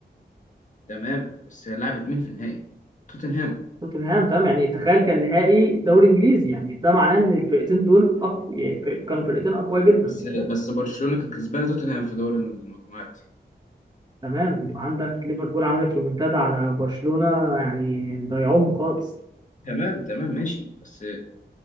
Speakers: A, on the left (about 45°); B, on the right (about 25°).
A: تمام بس لعبت مين في النهائي توتنهام
B: توتنهام تمام يعني تخيل كان نهائي دوري انجليزي يعني ده معناه ان الفرقتين دول أق... يعني فرق- كانوا فرقتين اقوياء جدا
A: بس بس برشلونة كانت كسبانة توتنهام في دوري المجموعات
B: تمام وعندك ليفربول عملت ريمونتادا على برشلونة يعني ضيعوهم خالص
A: تمام تمام ماشي بس